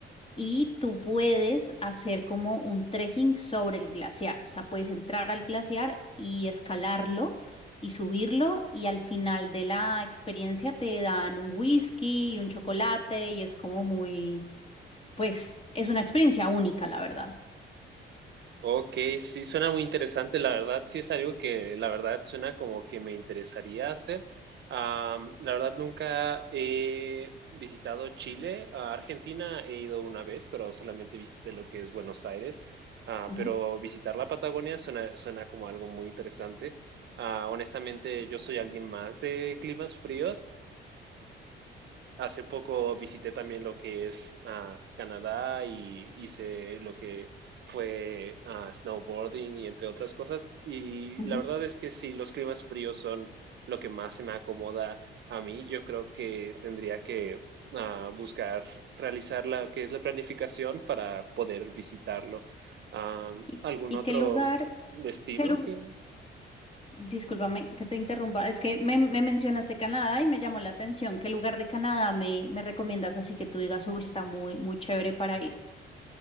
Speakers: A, on the left; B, on the right.
A: Y tú puedes hacer como un trekking sobre el glaciar. O sea, puedes entrar al glaciar y escalarlo y subirlo. Y al final de la experiencia te dan un whisky y un chocolate. Y es como muy, pues, es una experiencia única, la verdad.
B: Ok, sí, suena muy interesante, la verdad, sí es algo que la verdad suena como que me interesaría hacer. Am, la verdad nunca he visitado Chile, a Argentina he ido una vez, pero solamente visité lo que es Buenos Aires. Ah,
A: Ujú,
B: pero visitar la Patagonia suena, suena como algo muy interesante. Ah, honestamente, yo soy alguien más de climas fríos. Hace poco visité también lo que es ah, Canadá y hice lo que fue ah, snowboarding y entre otras cosas. Y
A: ujú.
B: la verdad es que sí, los climas fríos son lo que más se me acomoda a mí. Yo creo que tendría que ah, buscar realizar la que es la planificación para poder visitarlo. Am,
A: ¿Y,
B: ¿algún
A: y
B: otro
A: qué lugar,
B: destino
A: qué lugar?
B: que
A: Discúlpame que te interrumpa, es que me, me mencionaste Canadá y me llamó la atención. ¿Qué lugar de Canadá me, me recomiendas así que tú digas, uy, está muy, muy chévere para ir?